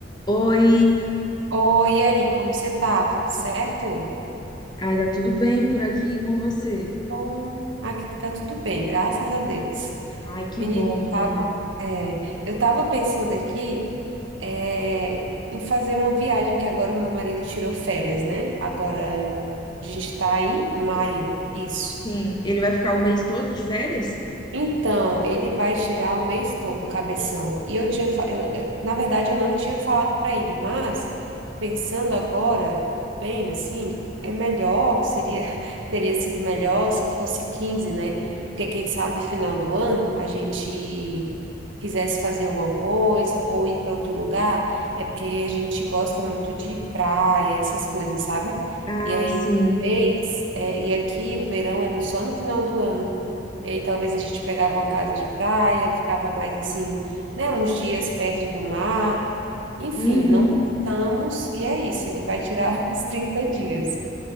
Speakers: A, on the left; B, on the right.
A: Oi,
B: Oi, e aí, como você tá? Tudo certo?
A: ai, tá tudo bem por aqui com você?
B: Bom, aqui tá tudo bem, graças a Deus.
A: Ai, que
B: Menino,
A: bom,
B: eu
A: menina.
B: tava, é, eu tava pensando aqui, é, em fazer uma viagem que agora o meu marido tirou férias, né? Agora a gente tá em maio, isso.
A: Sim, ele vai ficar o mês todo de férias?
B: Então, ele vai tirar o mês todo o cabeção. E eu tinha, fa- eu, eu- na verdade, eu não tinha falado para ele, mas pensando agora, bem assim, é melhor, seria, <laughs> teria sido melhor se fosse quinze né? Porque quem sabe final do ano a gente quisesse fazer alguma coisa ou ir para outro lugar, é porque a gente gosta muito de praia, essas coisas, sabe?
A: Ah,
B: E aí,
A: sim.
B: talvez, é, e aqui o verão é no- só no final do ano. E aí talvez a gente pegava uma casa de praia, ficava mais assim, né, uns dias perto do mar. Enfim,
A: Uhum.
B: não pensamos, e é isso, ele vai tirar <laughs> uns 30 dias.